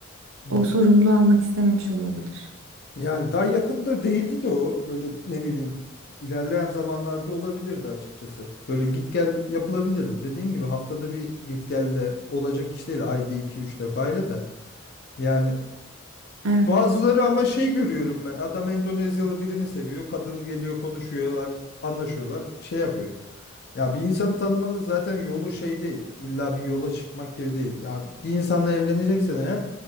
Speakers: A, on the left (about 50°); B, on the right (about 75°).
A: Hmm,
B: O sorumluluğu almak istememiş olabilir.
A: Yani daha yakında değildi de o böyle ne bileyim ilerleyen zamanlarda olabilirdi açıkçası. Böyle git gel yapılabilirdi. Dediğin gibi haftada bir git gelle olacak iş değil ayda iki üç defayla da. Yani
B: Evet.
A: Bazıları ama şey görüyorum ben. Adam Endonezyalı birini seviyor. Kadın geliyor konuşuyorlar, anlaşıyorlar, şey yapıyor. Ya bir insanı tanımanın zaten yolu şey değil. İlla bir yola çıkmak gibi değil. Ya bir insanla evleneceksen eğer